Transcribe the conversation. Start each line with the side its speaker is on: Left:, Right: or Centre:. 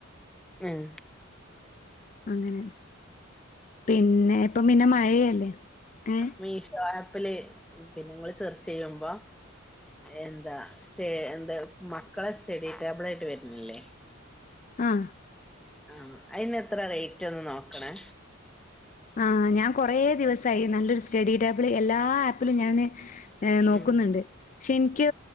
Centre: ഉം
Left: അങ്ങനെ പിന്നെ ഇപ്പം പിന്നെ മഴയല്ലേ ഏഹ്
Centre: മീഷോ ആപ്പില് പിന്നെങ്ങള് സെർച്ച് ചെയ്യുമ്പോ എന്താ സ്റ്റ എന്താ മക്കളെ സ്റ്റഡി ടേബിളായിട്ട് വരുന്നില്ലേ
Left: ആഹ്
Centre: ആഹ് അയിന് എത്ര റേറ്റ് ഒന്ന് നോക്കണേ
Left: ആഹ് ഞാൻ കൊറെേ ദിവസായി നല്ലൊരു സ്റ്റഡി ടേബിള് എല്ലാ ആപ്പിലും ഞാന് ഏഹ് നോക്കുന്നുണ്ട്
Centre: ഉം
Left: പക്ഷെ എനിക്ക്